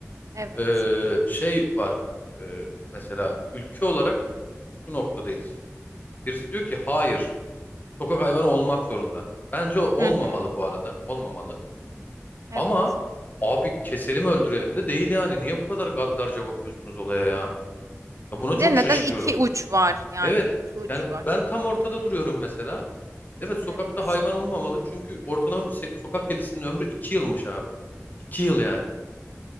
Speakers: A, on the right; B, on the left.
A: Evet.
B: Ee, şey var. Ee, mesela ülke olarak şu noktadayız. Birisi diyor ki hayır. Sokak hayvanı olmak zorunda. Bence olmamalı
A: Hı hı.
B: bu arada. Olmamalı.
A: Evet.
B: Ama abi keselim öldürelim de değil yani. Niye bu kadar gaddarca bakıyorsunuz olaya ya? Ya buna
A: Bir
B: çok
A: de neden
B: şaşırıyorum.
A: iki uç var yani
B: Evet.
A: iki uç
B: Yani
A: var.
B: ben tam ortada duruyorum mesela. Evet sokakta
A: Evet.
B: hayvan olmamalı. Çünkü ortalama bir se- sokak kedisinin ömrü 2 yılmış abi. 2 yıl
A: Hı
B: yani.
A: hı.